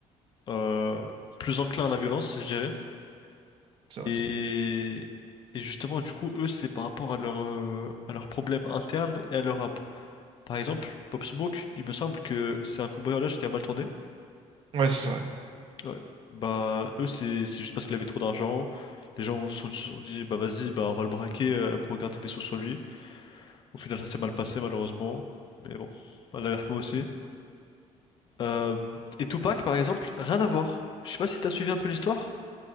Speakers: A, on the left; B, on the right.
A: euh, plus enclins à la violence, je dirais.
B: c'est vrai
A: Et,
B: ça.
A: et justement, du coup, eux, c'est par rapport à leur, euh, à leurs problèmes internes et à leur rap. Par exemple, Pop Smoke, il me semble que c'est un cambriolage qui a mal tourné.
B: ouais c'est ça, ouais
A: Ouais. Bah, eux, c'est c'est juste parce qu'il avait trop d'argent. Les gens se sont, se sont dit, bah vas-y, bah on va le braquer euh, pour gratter des sous sur lui. Au final, ça s'est mal passé, malheureusement. Mais bon, Allah yarhamou aussi. Euh, et Tupac, par exemple, rien à voir. Je sais pas si t'as suivi un peu l'histoire.